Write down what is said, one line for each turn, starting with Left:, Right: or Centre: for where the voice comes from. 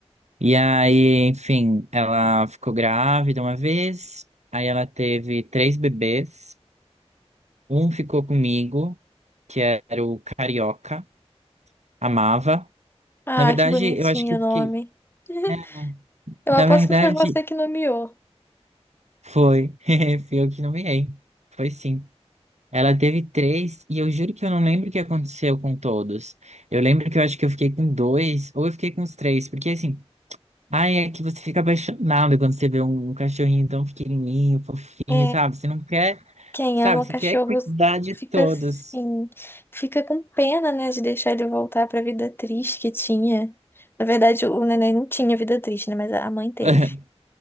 Right: E aí, enfim, ela ficou grávida uma vez. Aí ela teve três bebês. Um ficou comigo, que era o Carioca. Amava.
Left: Ah,
Right: Na verdade,
Left: que bonitinho
Right: eu acho que o
Left: o nome.
Right: que...
Left: <laughs>
Right: é,
Left: Eu
Right: na
Left: aposto
Right: verdade,
Left: que foi você que nomeou.
Right: foi. <laughs> Fui eu que nomeei. Foi sim. Ela teve três, e eu juro que eu não lembro o que aconteceu com todos. Eu lembro que eu acho que eu fiquei com dois, ou eu fiquei com os três, porque assim, ai, é que você fica apaixonado quando você vê um cachorrinho tão pequenininho, fofinho,
Left: É,
Right: sabe? Você não quer,
Left: quem
Right: sabe?
Left: ama
Right: Você
Left: cachorros
Right: quer cuidar de
Left: fica
Right: todos.
Left: assim, fica com pena, né, de deixar ele voltar pra vida triste que tinha. Na verdade, o neném não tinha vida triste, né, mas a mãe teve.
Right: <laughs>